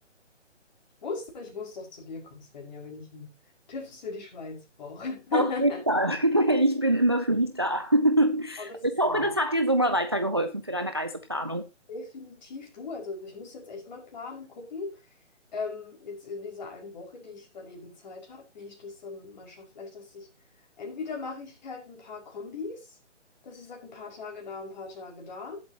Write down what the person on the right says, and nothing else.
Auf jeden Fall. <laughs> Ich bin immer für dich da. <laughs> Aber
ich
hoffe,
das hat dir so mal weitergeholfen für deine Reiseplanung.